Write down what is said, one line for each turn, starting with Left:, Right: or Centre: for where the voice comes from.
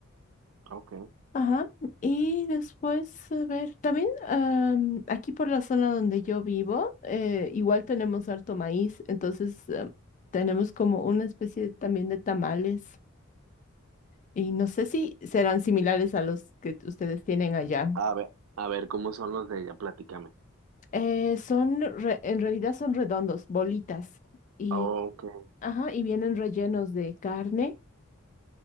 Right: ok.
Left: Ajá. Y después, a ver, también am, aquí por la zona donde yo vivo, eh, igual tenemos harto maíz, entonces eh, tenemos como una especie también de tamales. Y no sé si serán similares a los que ustedes tienen allá.
Right: A ver, a ver, ¿cómo son los de ella? Platícame.
Left: Eh, son, re- en realidad son redondos, bolitas, y,
Right: Ok,
Left: ajá, y vienen rellenos de carne,